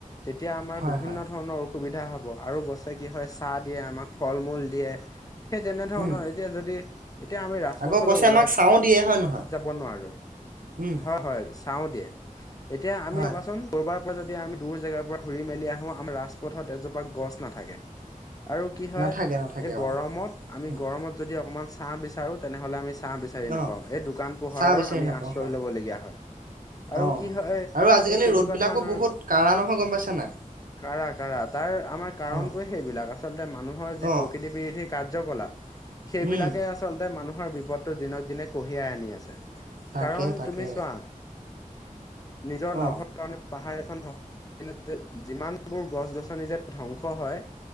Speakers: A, on the left; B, on the right.
A: তেতিয়া আমাৰ
B: হয়
A: বিভিন্ন
B: হয়
A: ধৰণৰ অসুবিধা হ'ব আৰু গছে কি হয় চাহ দিয়ে আমাক ফল মূল দিয়ে সেই তেনে ধৰণৰ
B: উম।
A: এতিয়া যদি এতিয়া আমি ৰাজপথলৈ
B: আকৌ গছে
A: ওলাই
B: আমাক ছাঁও দিয়ে হয় নহয়
A: যাব নোৱাৰো
B: উম,
A: হয় হয় চাওঁ দিয়ে এতিয়া আমি
B: হয়
A: ভাবাচোন কৰবাৰ পৰা যদি আমি দূৰ জেগাৰ পৰা ঘুৰি মেলি আহো আমাৰ ৰাজপথত এজোপা গছ নাথাকে আৰু কি হয়
B: নাথাকে নাথাকে
A: এই গৰমত
B: অ,
A: আমি
B: উম,
A: গৰমত যদি অকমান ছাঁ বিচাৰো তেনেহ'লে আমি ছাঁ বিচাৰি
B: অ,
A: নাপাওঁ এই দোকান পোহাৰৰ
B: ছাঁ বিচাৰি
A: আমি
B: নাপাওঁ
A: আশ্ৰয়
B: হয়
A: ল'বলগীয়া হয়।
B: অ,
A: আৰু কি হয়
B: আৰু আজিকালি
A: এই তেনেকুৱা
B: ৰ'দ বিলাকো
A: ধৰণৰ।
B: বহুত কাঢ়া নহয় গম পাইছা নাই
A: কাৰা কাৰা তাৰ আমাৰ কাৰণটোৱে
B: অ
A: সেইবিলাক আছ এ মানুহৰ
B: অ।
A: যি প্ৰকৃতি বিৰোধী কাৰ্যকলাপ, সেইবিলাকে
B: উম
A: আচলতে মা মানুহৰ বিপদটো দিনক দিনে কঢ়িয়াই আনি আছে,
B: তাকে
A: কাৰণ
B: তাকে
A: তুমি চোৱা। নিজৰ
B: অ
A: লাভৰ কাৰণে পাহাৰ এখন ধ <unintelligible> যিমানবোৰ গছ গছনি যে ধ্বংস হয়,